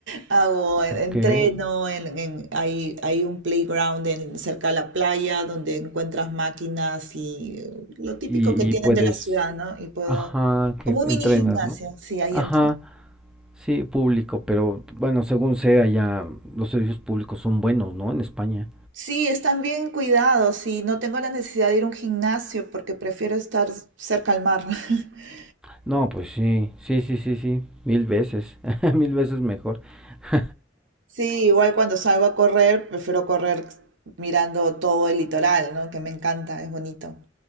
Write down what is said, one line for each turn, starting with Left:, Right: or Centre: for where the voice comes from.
Right: hago, hago en-
Centre: Ok.
Right: entreno,
Centre: Y,
Right: en- en- hay, hay un playground en- cerca de la playa donde encuentras máquinas y eh, lo típico
Centre: y
Right: que tienen
Centre: puedes.
Right: de la ciudad, ¿no? Y puedo,
Centre: Ajá, que
Right: como un
Centre: entrenas,
Right: mini gimnasio,
Centre: ¿no?
Right: sí, ahí
Centre: Ajá,
Right: entreno.
Centre: sí, público, pero bueno, según sea, ya los servicios públicos son buenos, ¿no? En España.
Right: Sí, están bien cuidados y no tengo la necesidad de ir a un gimnasio porque prefiero estar cerca al mar. <laughs>
Centre: No, pues sí, sí, sí, sí, sí, mil veces, <laughs> mil veces mejor. <laughs>
Right: Sí, igual cuando salgo a correr, prefiero correr mirando todo el litoral, ¿no? Que me encanta, es bonito.